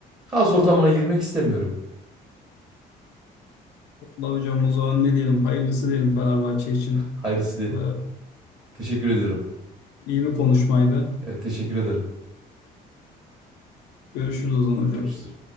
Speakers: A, on the right; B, on the left.
A: kaos ortamına girmek istemiyorum.
B: Allah hocam o zaman ne diyelim? Hayırlısı diyelim Fenerbahçe için.
A: Hayırlısı diyelim.
B: Ee,
A: Teşekkür ediyorum.
B: iyi bir konuşmaydı.
A: Evet teşekkür ederim.
B: Görüşürüz o zaman hocam.
A: Görüşürüz.